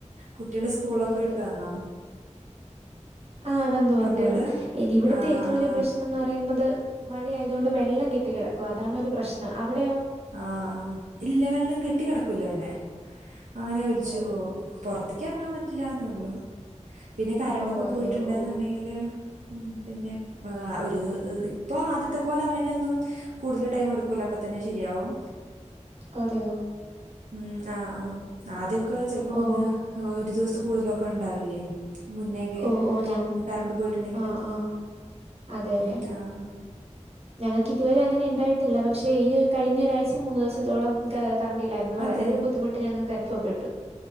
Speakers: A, on the right; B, on the right.
A: കുട്ടേള് സ്കൂളൊക്കെ
B: അതെ അതെ
A: വിട്ടു വന്നോ
B: ആഹ് വന്നു വന്നു
A: കുട്ടികള്
B: വന്നു ഇനി ഇവ്ട്ത്തെ
A: ആഹ്
B: ഏറ്റവും
A: ആഹ്
B: വലിയ പ്രശ്നം എന്ന് പറയുന്നത് മഴയാ തുകൊണ്ട് വെള്ളം കെട്ടി കെടക്കും അതാണ് ഒരു പ്രശ്നം അവിടെയോ
A: ആഹ ഇല്ല വെള്ളം കെട്ടി കെടക്കൂല ഇവടെ അങ്ങനെ ഒലിച്ചുപോവും
B: ഓ ഓ
A: പൊറത്തി‌ക്കെറങ്ങാൻ പറ്റ്ലാന്നൊള്ളു
B: ഓ
A: പിന്നെ കരണ്ടൊക്കെ
B: ഓ അതെയോ
A: പോയിറ്റ്ണ്ട്
B: ഓ
A: ന്ന് ണ്ടെങ്കില് പിനെ ഇപ്പാ ഒര് ഇപ്പൊ ആദ്യത്തെ പോലെ അങ്ങനെയൊന്നും കൂടുതല് ടൈം എടുക്കൂല അപ്പ തന്നെ ശെരിയാവും
B: അതെയോ
A: ഉം ആഹ് ആ ആത്യോക്കെ ചെൽപ്പോ
B: ഓ
A: ഒന്ന് ഒരു ദിവസത്തെ കൂടുതലൊക്കെ ഇണ്ടാവില്ലേ മുന്നേ‌ക്കെ
B: ഓ ഓ ഞ
A: കരണ്ട് പോയിട്ടുണ്ടെങ്കിലും
B: ആഹ് ആഹ് അതെ അതെ
A: ആഹ
B: ഞങ്ങൾക്ക് ഇതുവരെ അങ്ങനെ ഇണ്ടായിട്ടില്ല പക്ഷെ ഈ കഴിഞ്ഞ ഒരാഴ്ച മൂന്ന് ദിവസത്തോളം ക കറണ്ടില്ലായ്രുന്നു വളരെയതികം
A: അതെ
B: ബുദ്ധിമുട്ട് ഞങ്ങക്ക് അനുഫവപ്പെട്ടു